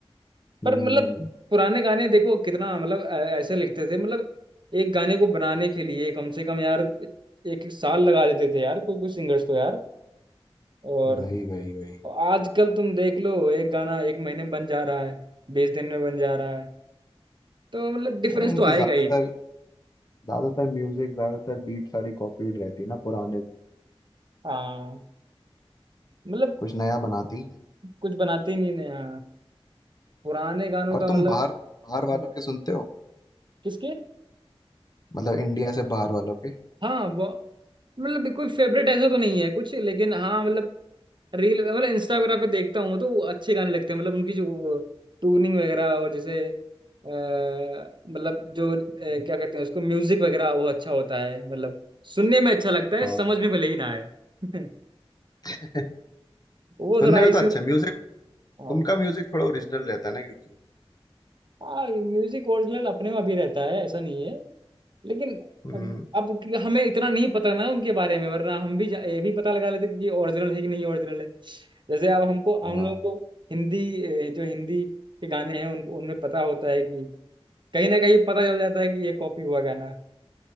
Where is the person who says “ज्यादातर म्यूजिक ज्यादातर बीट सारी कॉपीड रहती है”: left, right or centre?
Left